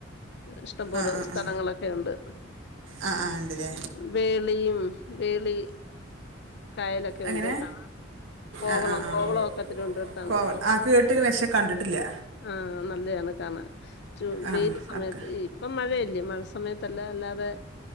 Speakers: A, on the left (about 60°); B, on the right (about 80°).
A: ഇഷ്ടംപോലെ
B: ആ ആ
A: സ്ഥലങ്ങളൊക്കെ
B: ആ
A: ഉണ്ട്
B: ആ ആ ഉണ്ടല്ലേ
A: വേളിയും വെളി കായലൊക്കെ
B: എങ്ങനെ
A: ഉണ്ട് കാണാം കോവളം
B: ആ ആ ആ ആ
A: കോവളമൊക്കെത്തിരി കൊണ്ടുവടുത്താണ്
B: കോവ ആ കേട്ട്ക്ക്ണ് പക്ഷെ കണ്ടിട്ടില്ല
A: ആഹ് നല്ലയാണ് ക ജൂ
B: ആ
A: വേ
B: അക്ക
A: ഇപ്പം മഴ ഴല്ലേ മഴ സമയത്തല്ല അല്ലാതെ